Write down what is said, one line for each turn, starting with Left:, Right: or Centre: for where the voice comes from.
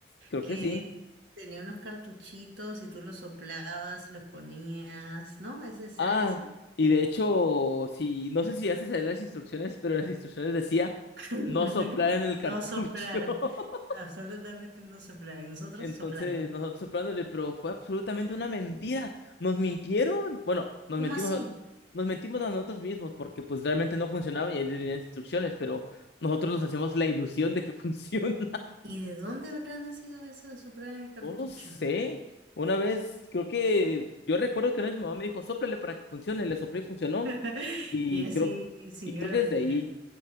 Left: Creo
Right: Que
Left: que sí.
Right: tenía unos cartuchitos y tú los soplabas y los ponías, ¿no? ¿Ese será
Left: Ah,
Right: ese?
Left: y de hecho, si no sé si haces leer las instrucciones, pero en las instrucciones decía
Right: <laughs>
Left: no soplar en el cartucho.
Right: No soplar,
Left: <laughs>
Right: absolutamente no soplar. Y nosotros
Left: Entonces,
Right: soplando.
Left: nosotros soplándole, pero fue absolutamente una mentira. Nos mintieron. Bueno, nos
Right: ¿Cómo
Left: mentimos,
Right: así?
Left: a- nos mentimos a nosotros mismos porque pues realmente no funcionaba y ahí venían las instrucciones, pero nosotros nos hacemos la ilusión de que <laughs> funciona.
Right: ¿Y de dónde habrá nacido eso de soplar en el cartucho?
Left: No lo sé. Una vez, creo que yo recuerdo que una vez mi mamá me dijo, sóplale para que funcione, le soplé y funcionó.
Right: <laughs>
Left: Y
Right: Y así
Left: creo,
Right: siguió
Left: y creo
Right: la
Left: que
Right: mentira.
Left: desde ahí.